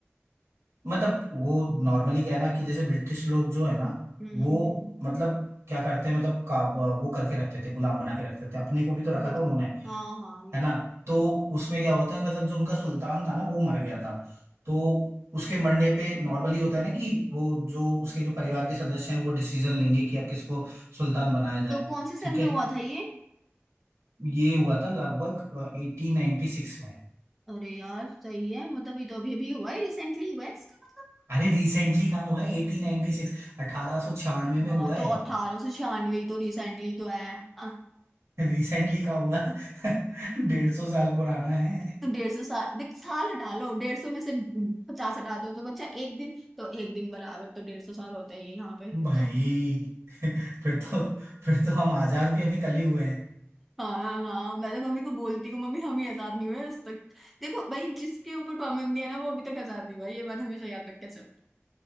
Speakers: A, on the right (about 80°); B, in the centre.
A: मतलब वो नॉर्मली क्या है ना कि जैसे ब्रिटिश लोग जो है ना
B: हम्म
A: वो
B: हम्म,
A: मतलब क्या करते हैं मतलब का वो करके रखते थे गुलाम बना के रखते थे अपने को भी तो रखा
B: ये
A: था उन्होंने
B: तो हाँ हाँ ये
A: है ना
B: तो
A: तो उसमें क्या हुआ था कि मतलब जो उनका सुल्तान था ना वो मर गया था तो उसके मरने पे नॉर्मली होता है ना कि वो जो उसके जो परिवार के सदस्य हैं वो डिसीजन लेंगे कि अब किसको सुल्तान बनाया जाए
B: तो कौन से सन
A: ठीक
B: में
A: है
B: हुआ था ये
A: ये हुआ था लगभग एटीन नाइन्टी सिक्स में
B: अरे यार सही है मतलब ये तो अभी अभी हुआ है रिसेंटली हुआ है इसका मतलब
A: अरे रिसेंटली कहाँ हुआ है एटीन नाइन्टी सिक्स अठारह सौ छियानवे
B: हाँ
A: में हुआ
B: तो
A: है
B: अठारह सौ छियानवे तो रिसेंटली तो है अ-
A: रिसेंटली कहाँ हुआ <laughs> डेढ़ सौ साल पुराना है
B: तो डेढ़ सौ साल देख साल हटा लो डेढ़ सौ में से पचास हटा दो तो बच्चा एक दिन तो एक दिन बराबर तो डेढ़ सौ साल होता ही है यहाँ पे
A: भाई
B: हम्म।
A: फिर तो फिर तो हम आजाद भी अभी कल ही हुए हैं।
B: हाँ हाँ मैं तो मम्मी को बोलती हूँ मम्मी हम ही आजाद नहीं हुए आज तक देखो भाई जिसके ऊपर पाबंदी है ना वो अभी तक आजाद नहीं हुआ ये बात हमेशा याद रख के चलो